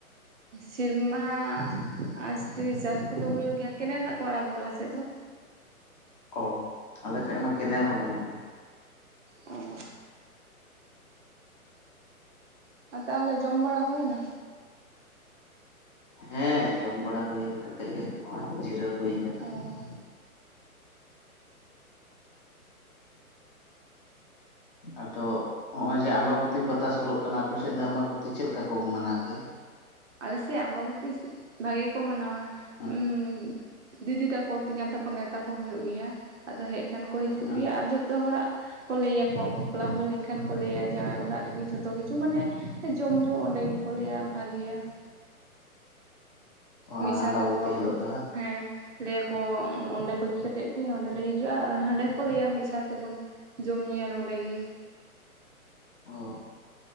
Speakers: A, on the right; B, on the left.
A: ᱥᱮᱨᱢᱟ ᱟᱥᱛᱮ ᱪᱟᱥ ᱠᱚᱫᱚ ᱦᱳᱭᱳᱜ ᱜᱮᱭᱟ ᱾ ᱠᱮᱱᱮᱞ ᱫᱟᱜ ᱠᱚ ᱟᱲᱟᱼᱜ ᱫᱚ ᱟᱞᱮ ᱥᱮᱫ ᱫᱚ ᱾
B: ᱚᱻ ᱾ ᱟᱞᱮᱥᱮᱫ ᱢᱟ ᱠᱮᱱᱮᱞ ᱦᱚᱸ ᱵᱟᱹᱱᱩᱜ ᱜᱮᱭᱟ ᱾
A: ᱚᱸᱻ ᱟᱨ ᱛᱟᱦᱚᱞᱮ ᱡᱚᱢ ᱵᱟᱲᱟ ᱦᱳᱭᱱᱟ?
B: ᱦᱮᱸᱻ ᱡᱚᱢ ᱵᱟᱲᱟ ᱦᱩᱭᱮᱱ ᱠᱟᱛᱮᱜ ᱜᱮ ᱦᱚᱸᱜᱼᱚᱭ ᱡᱤᱨᱟᱹᱣ ᱦᱩᱭ ᱠᱟᱱᱟ ᱾
A: ᱚᱸᱻ
B: ᱟᱫᱚ ᱦᱚᱸᱜᱼᱚᱭ ᱡᱮ ᱟᱢᱵᱟᱵᱩᱛᱤ ᱯᱟᱛᱟ ᱥᱳᱨᱳᱜ ᱠᱟᱱᱟ ᱾ ᱟᱯᱮ ᱥᱮᱫ ᱫᱚ ᱟᱢᱵᱟᱵᱩᱛᱤ ᱪᱮᱫ ᱞᱮᱠᱟ ᱠᱚ ᱢᱟᱱᱟᱣ ᱜᱮᱭᱟ ᱜᱮᱭᱟ?
A: ᱟᱞᱮᱥᱮᱫ ᱟᱢᱵᱟᱵᱚᱛᱤ ᱵᱷᱟᱜᱮ ᱜᱮᱠᱚ ᱢᱟᱱᱟᱣᱟ
B: ᱦᱮᱸ
A: ᱾ ᱫᱤᱫᱤ ᱛᱟᱠᱚ, ᱛᱮᱸᱭᱟᱝ ᱛᱟᱠᱚ ᱱᱮᱣᱛᱟ ᱠᱚ ᱦᱤᱭᱳᱜ ᱜᱮᱭᱟ ᱾ ᱟᱫᱚ ᱦᱮᱡ ᱠᱷᱟᱱ ᱠᱚ ᱦᱤᱡᱩᱜ
B: ᱦᱮᱸ
A: ᱜᱮᱭᱟ ᱾ ᱟᱨ ᱡᱷᱚᱛᱚ ᱦᱚᱲᱟᱜ ᱠᱚ ᱞᱟᱹᱭᱟᱠᱚ ᱵᱟᱯᱞᱟ ᱦᱩᱭ ᱞᱮᱱ ᱠᱷᱟᱱ ᱠᱚ ᱞᱟᱹᱭᱟ ᱠᱚ ᱵᱟᱯᱞᱟ ᱦᱳᱭ ᱞᱮᱝᱠᱷᱟᱱ ᱠᱚ ᱞᱟᱹᱭᱟ ᱡᱟᱣᱟᱭ ᱚᱲᱟᱜ ᱨᱮᱜᱮ ᱡᱷᱚᱛᱚ ᱠᱤᱪᱷᱩ ᱢᱟᱱᱮ ᱡᱚᱢ ᱧᱩ ᱚᱸᱰᱮ ᱜᱮ ᱠᱚ ᱞᱟᱹᱭᱟ ᱵᱷᱟᱜᱮᱭᱟ ᱾
B: ᱚ
A: ᱢᱤᱫ ᱥᱟᱶ
B: ᱟᱢᱵᱟᱵᱚᱛᱤ
A: ᱛᱮᱠᱚ
B: ᱦᱤᱞᱳᱜ ᱫᱚ ᱵᱟᱝ
A: ᱦᱮᱸ ᱾ ᱞᱟᱹᱭᱟᱠᱚ ᱚᱸᱰᱮ ᱵᱟᱹᱜᱤ ᱠᱟᱛᱮᱫ ᱠᱤ ᱱᱚᱸᱰᱮ ᱞᱮ ᱦᱤᱡᱩᱜᱼᱟ, ᱦᱟᱸᱰᱮ ᱦᱚᱸᱠᱚ ᱞᱟᱹᱭᱟ ᱢᱤᱫ ᱥᱟᱶ ᱛᱮᱵᱚᱱ ᱡᱚᱢ ᱧᱩᱸᱭᱟ ᱱᱚᱰᱮ ᱜᱮ ᱾
B: ᱚᱻ